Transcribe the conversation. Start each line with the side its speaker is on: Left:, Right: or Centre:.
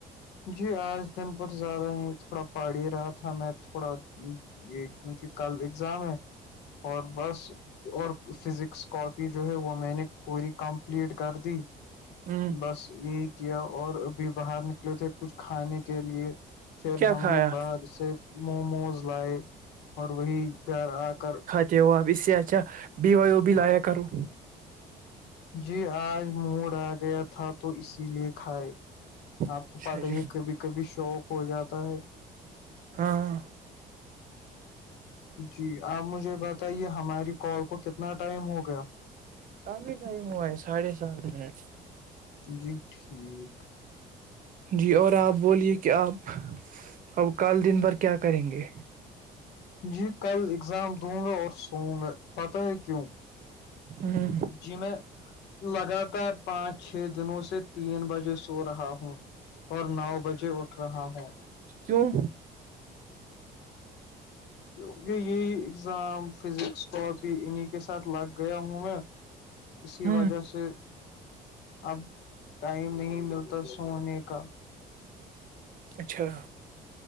Left: جی آج دن ب زیادہ ہی تھوڑا پہاڑی رہا تھا میں تھوڑا یہ کیونکہ کل ایگزام ہے اور بس اور فزکس کاپی جو ہے وہ میں نے پوری کمپلیٹ کر دی
Right: ہوں
Left: بس یہی کیا اور ابھی باہر نکلے تھے کچھ کھانے کے لیے پھر
Right: کیا
Left: ہم
Right: کھایا
Left: نے باہر سے موموز لائے اور وہی گھر آ کر
Right: کہ وہ اب اس سے اچھا بی وی بھی لایا کروں
Left: جی آج موڑ آ گیا تھا تو اسی لیے کھائے آپ
Right: اچھا
Left: کو پت
Right: جی
Left: ہی ہے کبھی کبھی شوق ہو جاتا ہے
Right: ہاں
Left: جی آپ مجھے بتائیے ہماری کال کو کتنا ٹائم ہو گیا
Right: کی ٹائم ہو ہے ساھے سات منٹ
Left: جی ٹھیک
Right: جی اور آپ بولیے کہ آپ اب کل دن بھر کیا کریں گے
Left: جی کل اگزام دوں گا اور سوؤوں گا پتہ ہے کیوں
Right: ہ
Left: جی میں لگاتار پانچ چھ دنوں سے تین بجے سے ہو رہا ہوں اور نو بجے اٹھ رہا ہوں
Right: کیوں
Left: کیونکہ یہی ایزام فزکس کاپی انیں کے ساتھ لگ گیا ہوں میں اسی
Right: ہ
Left: وجہ سے اب ٹائم نہیں ملتا سونے کا
Right: اچھا